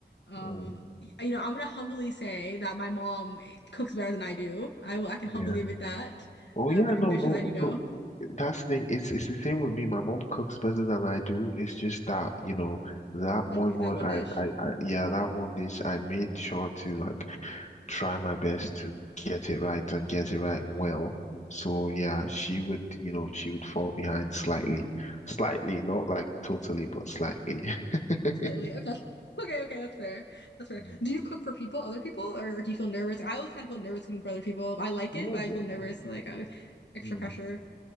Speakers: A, on the left; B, on the left.
A: Um
B: Mm,
A: y- you know, I'm gonna humbly say that my mom cooks better than I do. I will I can humbly
B: yeah.
A: admit that
B: Oh
A: that
B: yeah,
A: the
B: no,
A: dishes
B: no.
A: I do know,
B: So that's the thing. It's it's the same with me. My mom cooks better than I do. It's just that, you know, that
A: one
B: moi moi
A: that one
B: I,
A: dish.
B: I, I yeah, that one dish I made sure to like try my best to get it right and get it right
A: Mm.
B: well. So yeah, she would, you know, she would fall behind slightly. Slightly, not like totally, but slightly.
A: Slightly.
B: <laughs>
A: Okay. <laughs> Okay, okay, that's fair. That's fair.
B: Mm.
A: Do you cook for people, other people, or, or do you feel nervous? I always kind of feel nervous cooking for other people. I like it,
B: Oh,
A: but
B: really?
A: I feel nervous, like uh, extra
B: Mm.
A: pressure.